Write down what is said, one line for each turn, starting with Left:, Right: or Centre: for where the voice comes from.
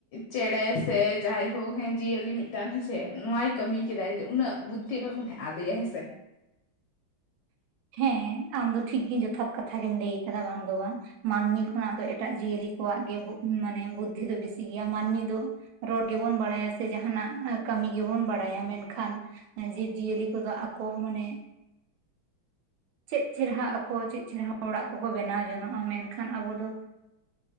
Left: ᱪᱮᱬᱮ ᱥᱮ ᱡᱟᱭᱦᱳᱠ ᱡᱤᱭᱟᱹᱞᱤ ᱢᱤᱫᱴᱟᱱ ᱦᱮᱸᱥᱮ ᱱᱚᱣᱟᱭ ᱠᱟᱹᱢᱤ ᱠᱮᱫᱟᱭ ᱡᱮ ᱩᱱᱟᱹᱜ ᱵᱩᱫᱽᱫᱷᱤ ᱚᱠᱟ ᱠᱷᱚᱱ ᱦᱮᱡ ᱟᱫᱮᱭᱟ ᱦᱮᱸ ᱥᱮ
Right: ᱦᱮᱸ ᱟᱢᱫᱚ ᱴᱷᱤᱠ ᱜᱮ ᱡᱚᱛᱷᱟᱛ ᱠᱟᱛᱷᱟ ᱜᱮᱢ ᱞᱟᱹᱭ ᱟᱠᱟᱫᱟ ᱵᱟᱝ ᱫᱚ ᱵᱟᱝ ᱢᱟᱹᱱᱢᱤ ᱠᱷᱚᱱᱟᱜ ᱫᱚ ᱮ ᱴᱟᱜ ᱡᱤᱭᱟᱹᱞᱤ ᱠᱚᱣᱟᱜ ᱜᱮ ᱢᱟᱱᱮ ᱵᱩᱫᱽᱫᱷᱤ ᱫᱚ ᱵᱤᱥᱤ ᱜᱮᱭᱟ ᱢᱟᱹᱱᱢᱤ ᱫᱚ ᱨᱚᱲ ᱜᱮᱵᱚᱱ ᱵᱟᱲᱟᱭᱟ ᱥᱮ ᱡᱟᱦᱟᱸᱱᱟᱜ ᱠᱟᱹᱢᱤ ᱜᱮᱵᱚᱱ ᱵᱟᱲᱟᱭᱟ ᱢᱮᱱᱠᱷᱟᱱ ᱡᱤᱵᱽ ᱡᱤᱭᱟᱹᱞᱤ ᱠᱚ ᱫᱚ ᱟᱠᱚ ᱢᱟᱱᱮ ᱪᱮᱫ ᱪᱮᱨᱦᱟ ᱟᱠᱚ ᱪᱮᱫ ᱪᱮᱨᱦᱟ ᱚᱲᱟᱜ ᱠᱚ ᱠᱚ ᱵᱮᱱᱟᱣ ᱡᱚᱱᱚᱜᱼᱟ ᱢᱮᱱᱠᱷᱟᱱ ᱟᱵᱚ ᱫᱚ